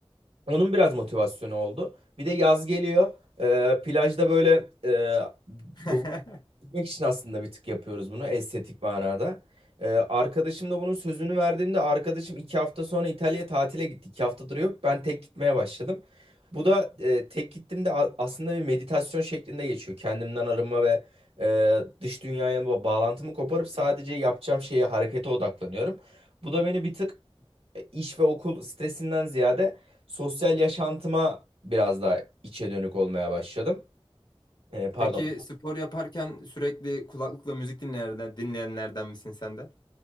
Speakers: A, on the right; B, on the left.
A: onun biraz motivasyonu oldu. Bir de yaz geliyor. Ee, plajda böyle e,
B: <laughs>
A: doğu gitmek için aslında bir tık yapıyoruz bunu estetik manada. Ee, arkadaşım da bunun sözünü verdiğimde arkadaşım iki hafta sonra İtalya'ya tatile gitti. İki haftadır yok. Ben tek gitmeye başladım. Bu da e, tek gittiğimde a- aslında bir meditasyon şeklinde geçiyor. Kendimden arınma ve e, dış dünyaya ba- bağlantımı koparıp sadece yapacağım şeye harekete odaklanıyorum. Bu da beni bir tık e, iş ve okul stresinden ziyade sosyal yaşantıma biraz daha içe dönük olmaya başladım. E, pardon.
B: Peki spor yaparken sürekli kulaklıkla müzik dinleyenlerden, dinleyenlerden misin sen de?